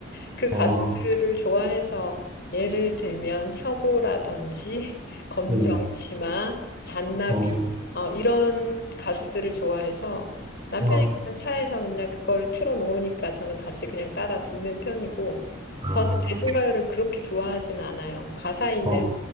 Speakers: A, on the left; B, on the right.
A: 그 가수들을
B: 어,
A: 좋아해서 예를 들면 혁오라든지 <laughs> 검정치마,
B: 예,
A: 잔나비
B: 어,
A: 어, 이런 가수들을 좋아해서 남편이
B: 뭐,
A: 그냥 차에서 맨날 그걸 틀어놓으니까 저는 같이 그냥 따라 듣는 편이고
B: 아,
A: 저는 대중가요를 그렇게 좋아하진 않아요. 가사 있는
B: 어,